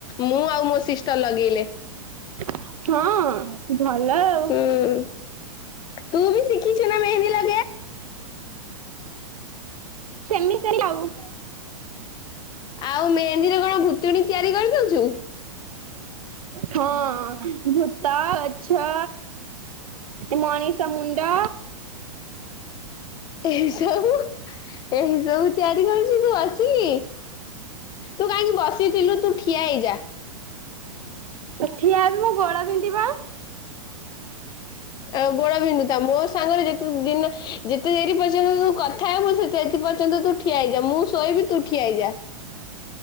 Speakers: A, on the left; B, on the right.
A: ମୁଁ ଆଉ ମୋ ସିଷ୍ଟର ଲଗେଇଲେ।
B: ହଁ ଭଲ ଆ।
A: ହୁଁ, ତୁ ବି ଶିଖିଛୁ ନା ମେହେନ୍ଦୀ ଲ
B: ସେମିତି ଆଉ।
A: ଆଉ ମେହେନ୍ଦୀରେ କଣ ଭୁତୁଣୀ ତିଆରି କରିଦଉଛୁ?
B: ହଁ, ଭୂତ ଗଛ। ମଣିଷ ମୁଣ୍ଡ।
A: ଏ ସବୁ, ଏଇ ସବୁ ତିଆରି କରୁଛି ତୁ ଆସିକି। ତୁ କାହିଁକି ବସିଥିଲୁ, ତୁ ଠିଆ ହେଇଯା।
B: ଏ ଠିଆ ହେବି ମୋ ଗୋଡ ବିନ୍ଧିବ।
A: ଆ ଗୋଡ ବିନ୍ଦୁତା ମୋ ସାଙ୍ଗରେ ଯେତେ ଦିନ ଯେତେ ଦେରି ପର୍ଯ୍ୟନ୍ତ ତୁ କଥା ହେବୁ ସେତେ ଏଥି ପର୍ଯ୍ୟନ୍ତ ତୁ ଠିଆ ହେଇଯା, ମୁଁ ଶୋଇବି ତୁ ଠିଆ ହେଇଯା।